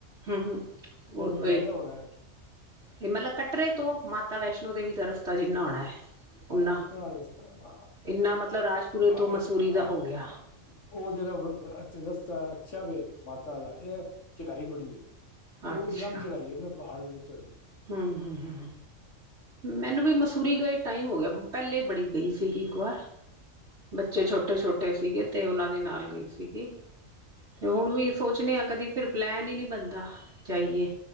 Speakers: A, on the right; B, on the left.
A: ਹੂੰ ਹੂੰ, ਓ
B: ਉਹ
A: ਓਹੀ।
B: ਤਾਂ ਜ਼ਿਆਦਾ ਹੋਣਾ ਹੈ।
A: ਇਹ ਮਤਲਬ ਕੱਟਰੇ ਤੋਂ ਮਾਤਾ ਵੈਸ਼ਨੋ ਦੇਵੀ ਦਾ ਰਸਤਾ ਜਿੰਨਾ ਹੋਣਾ।
B: ਹਾਂ
A: ਓਨਾ
B: ਇਤਨਾ ਰਸਤਾ
A: ਇੰਨਾ ਮਤਲਬ ਰਾਜਪੁਰੇ
B: <unintelligible>
A: ਤੋਂ ਮਸੂਰੀ ਦਾ ਹੋ ਗਿਆ
B: ਉਹ ਜਿਹੜਾ ਰਸਤਾ ਅੱਛਾ ਵੇ ਮਾਤਾ ਦਾ ਏ ਚੜਾਈ ਬੜੀ ਐ। ਕਿ
A: ਅੱਛਾ
B: ਉਹ ਇੱਕ ਦਮ ਚੜਾਈਏ ਨਾ ਪਹਾੜ ਤੇ ਚੜ੍ਹਨ।
A: ਹੂੰ ਹੂੰ ਹੂੰ ਹੂੰ। ਮੈਨੂੰ ਵੀ ਮਸੂਰੀ ਗਏ ਟਾਈਮ ਹੋ ਗਿਆ ਪਹਿਲੇ ਬੜੀ ਗਈ ਸੀਗੀ ਇੱਕ ਵਾਰ ਬੱਚੇ ਛੋਟੇ ਛੋਟੇ ਸੀਗੇ ਤੇ ਉਨਾਂ ਦੇ ਨਾਲ ਗਈ ਸੀ। ਸੀਗੀ ਤੇ ਹੁਣ ਵੀ ਸੋਚਣੇ ਆ ਕਦੀ ਫਿਰ ਪਲੈਨ ਹੀ ਨਹੀਂ ਬਣਦਾ ਜਾਈਏ।